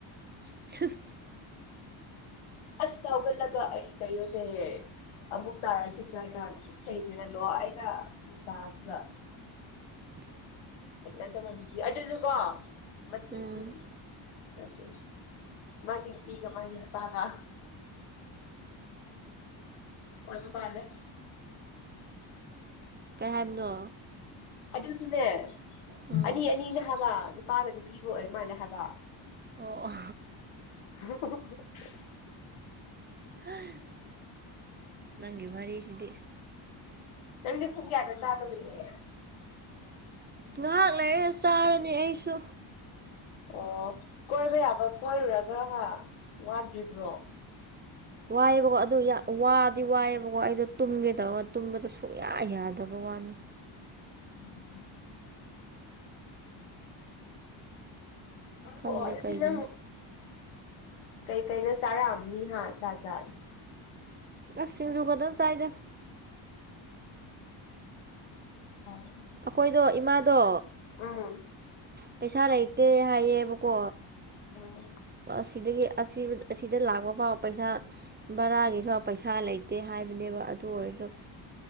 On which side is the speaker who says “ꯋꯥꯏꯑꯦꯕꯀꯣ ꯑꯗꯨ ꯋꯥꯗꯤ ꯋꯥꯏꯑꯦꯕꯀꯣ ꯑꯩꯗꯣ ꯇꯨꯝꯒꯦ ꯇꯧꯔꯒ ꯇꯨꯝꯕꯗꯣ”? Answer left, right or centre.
Right